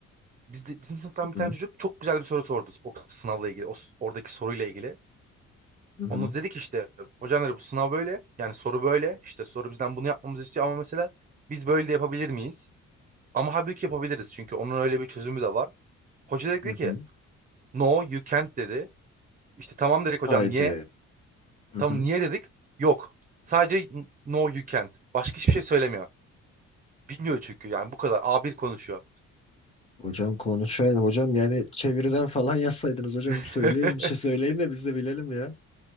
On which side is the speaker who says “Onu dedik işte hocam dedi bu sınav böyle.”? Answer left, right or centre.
Right